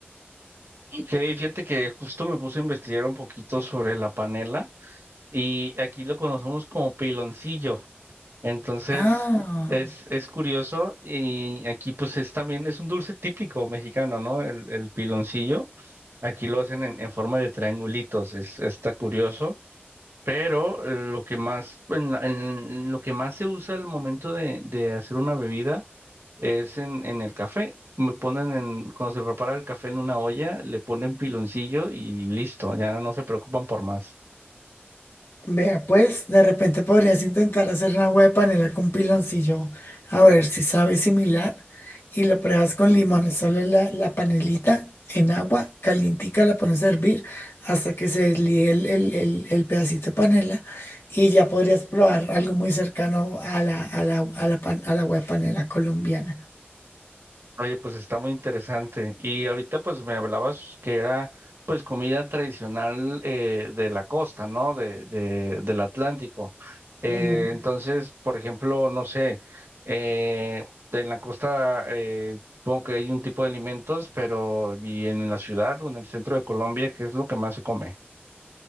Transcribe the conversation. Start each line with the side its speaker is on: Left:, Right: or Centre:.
Right: Y que fíjate que justo me puse a investigar un poquito sobre la panela y aquí lo conocemos como piloncillo. Entonces,
Left: Ah,
Right: es, es curioso y aquí pues es también, es un dulce típico mexicano, ¿no? El, el piloncillo. Aquí lo hacen en, en forma de triangulitos, es, está curioso. Pero eh, lo que más, en, la- en lo que más se usa al momento de, de hacer una bebida es en, en el café. Me ponen en, cuando se prepara el café en una olla, le ponen piloncillo y listo, ya no se preocupan por más.
Left: Vea, pues, de repente podrías intentar hacer una huepa de panela con piloncillo, a ver si sabe similar, y lo pruebas con limón, solo la, la panelita en agua calientica, la pones a hervir hasta que se deslíe el, el- el- el pedacito de panela, y ya podrías probar algo muy cercano a la, a la, a la, pan- a la huepa de panela colombiana.
Right: Oye, pues está muy interesante. Y ahorita pues me hablabas que era pues comida tradicional eh, de la costa, ¿no? De, de- del Atlántico. Eh,
Left: Ujú.
Right: entonces, por ejemplo, no sé, eh, en la costa eh, supongo que hay un tipo de alimentos, pero y en la ciudad o en el centro de Colombia, ¿qué es lo que más se come?